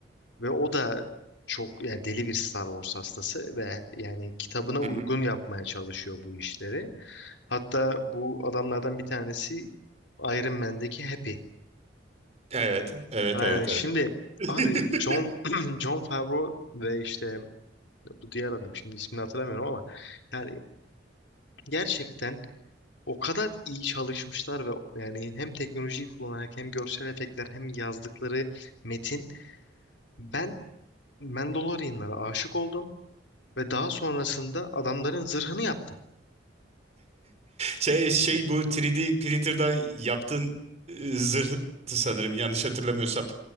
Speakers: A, on the left; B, on the right.
A: ve o da çok yani deli bir Star Wars hastası ve yani kitabına
B: Hı
A: uygun
B: hı.
A: yapmaya çalışıyor bu işleri. Hatta bu adamlardan bir tanesi Iron Man'deki Happy.
B: Evet. Evet.
A: Aynen.
B: Evet.
A: Şimdi
B: Evet. <laughs>
A: abi John <clears throat> John Favreau ve işte bu diğer adam şimdi ismini hatırlamıyorum ama yani gerçekten o kadar iyi çalışmışlar ve yani hem teknolojiyi kullanarak hem görsel efektler hem yazdıkları metin ben Mandalorianlara aşık oldum ve daha sonrasında adamların zırhını yaptım.
B: Şey şey bu 3D printer'dan yaptığın e, zırhtı sanırım yanlış hatırlamıyorsam.